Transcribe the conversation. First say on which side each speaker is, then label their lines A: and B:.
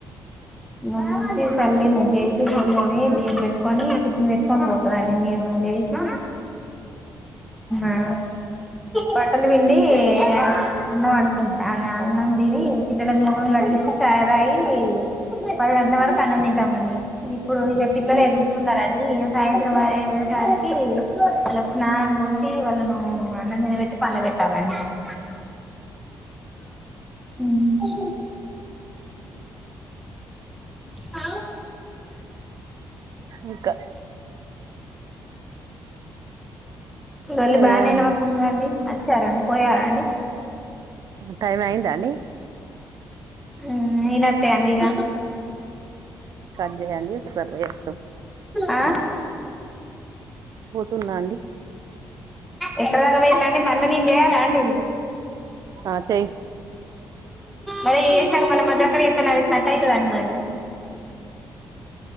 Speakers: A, in the centre; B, on the right (about 60°).
A: మంచి తల్లి ను చేసి బొండ మే బియ్యం బెట్ కొని టిఫన్ పెట్టుకొని పోతదండి మేము లేసి ఆ బట్టలు విండి ఏం దో అండి ఆనా అన్నం తిని పిల్లలకు ముఖం కడిగించి చాయి తాగి, పది గంటల వరకు అన్నం తింటామండి, ఇప్పుడు ఇక పిల్లలు ఎగుడుతున్నారండి ఇగ సాయంత్రం అయ్యేసరికి వాళ్ళకి స్నానం పోసి వాళ్ళను అన్నం తినబెట్టి పండ పెట్టాలండి ఇక. ఉమ్ హలో
B: ఇంకా
A: వెళ్ళి
B: సరే
A: బానే
B: అండి
A: ఇనబడుతుంది కదండి వచ్చార అండి పోయారా అండి
B: టైం అయిందా అండి
A: హ్ ఇన అట్టే అండి ఇగ
B: కట్ చేయండి సర్ర ఏ స్
A: ఆ
B: పోతున్నా అండి
A: ఎక్కడి దాక్ వెళ్ళండి మళ్ళీ నేన్ చేయాలా అండి
B: ఆ చెయ్యి
A: మరి ఏ స్ నాగ మళ్ళ మద్దెక్కడ ఏతే నాది కట్ అయితాదండి మరి